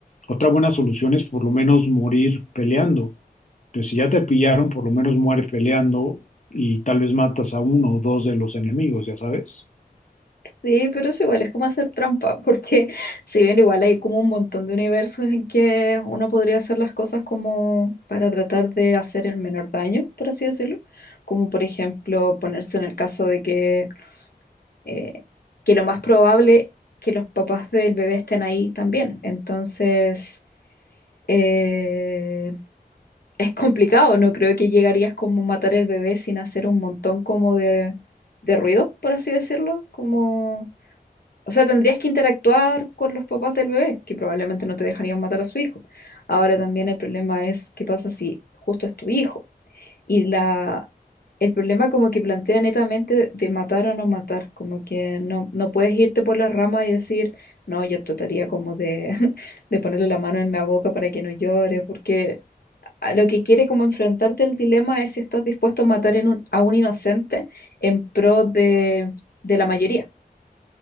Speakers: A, on the left (about 50°); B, on the left (about 70°).
A: otra buena solución es por lo menos morir peleando. Entonces, si ya te pillaron, por lo menos muere peleando y tal vez matas a uno o dos de los enemigos, ya sabes.
B: Sí, pero es igual, es como hacer trampa, porque <laughs> si bien igual hay como un montón de universos en que uno podría hacer las cosas como para tratar de hacer el menor daño, por así decirlo, como por ejemplo ponerse en el caso de que eh, que lo más probable que los papás del bebé estén ahí también. Entonces, eh, es complicado, no creo que llegarías como a matar el bebé sin hacer un montón como de, de ruido, por así decirlo, como... O sea, tendrías que interactuar con los papás del bebé, que probablemente no te dejarían matar a su hijo. Ahora también el problema es qué pasa si justo es tu hijo. Y la, el problema como que plantea netamente de matar o no matar, como que no, no puedes irte por las ramas y decir, no, yo trataría como de, <laughs> de ponerle la mano en la boca para que no llore, porque a lo que quiere como enfrentarte el dilema es si estás dispuesto a matar en un- a un inocente en pro de, de la mayoría,